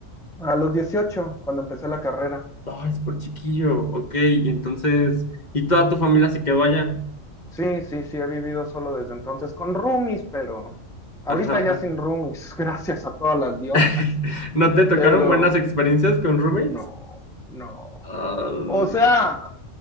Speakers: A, in the centre; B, on the left (about 40°).
A: A los dieciocho, cuando empecé la carrera.
B: Ah, es por chiquillo, ok, y entonces, ¿y toda tu familia se quedó allá?
A: Sí, sí, sí, he vivido solo desde entonces con roomies, pero ahorita
B: Ajá, ajá.
A: ya sin roomies, <laughs> gracias a todas las diosas.
B: <laughs> ¿No te tocaron
A: Pero
B: buenas experiencias con roommates?
A: no, no.
B: Ay.
A: O sea,